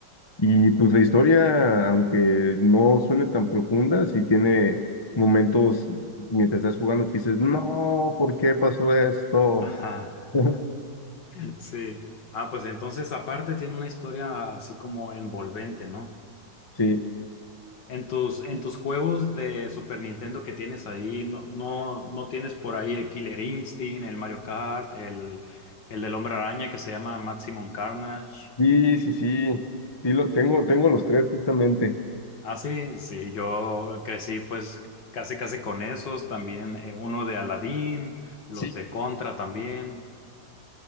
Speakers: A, on the left; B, on the left.
A: y pues la historia, aunque no suene tan profunda, sí tiene momentos mientras estás jugando que dices, no, ¿por qué pasó esto?
B: Ajá, <laughs>
A: <laughs>
B: sí. Ah, pues entonces aparte tiene una historia así como envolvente, ¿no?
A: Sí,
B: En tus, en tus juegos de Super Nintendo que tienes ahí, no, no, no tienes por ahí el Killer Instinct, el Mario Kart, el, el del Hombre Araña que se llama Maximum Carnage.
A: sí, sí, sí, sí, lo, tengo, tengo los tres justamente.
B: Ah, sí, sí, yo crecí pues casi casi con esos, también eh, uno de Aladdin, los
A: Sí.
B: de Contra también,